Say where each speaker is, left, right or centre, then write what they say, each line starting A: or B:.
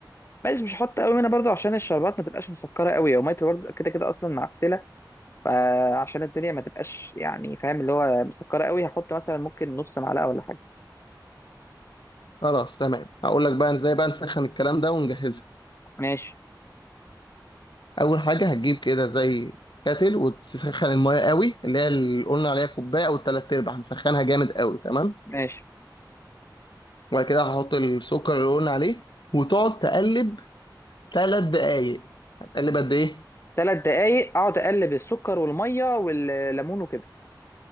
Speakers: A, on the left (about 35°); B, on the left (about 75°).
A: ماشي مش هحط قوي منها برضو عشان الشربات ما تبقاش مسكره قوي وميه الورد كده كده اصلا معسله فعشان الدنيا ما تبقاش يعني فاهم اللي هو مسكره قوي هحط مثلا ممكن نص معلقه ولا حاجه
B: خلاص تمام هقول لك بقى ازاي بقى نسخن الكلام ده ونجهزها
A: ماشي
B: اول حاجه هتجيب كده زي كاتل وتسخن المايه قوي اللي هي اللي قلنا عليها كوبايه او ثلاث ارباع نسخنها جامد قوي تمام
A: ماشي
B: وبعد كده هحط السكر اللي قلنا عليه وتقعد تقلب ثلاث دقايق هتقلب قد ايه
A: ثلاث دقايق اقعد اقلب السكر والميه والليمون وكده